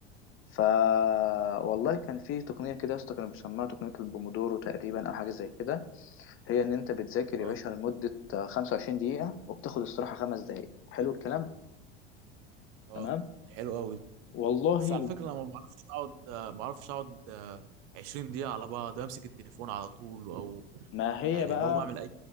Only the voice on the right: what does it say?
اه
اه
دي حلوه قوي
بس على فكره انا ما بعرفش اقعد آه، ما بعرفش اقعد 20 دقيقه على بعض امسك التليفون على طول او
يعني
بقوم اعمل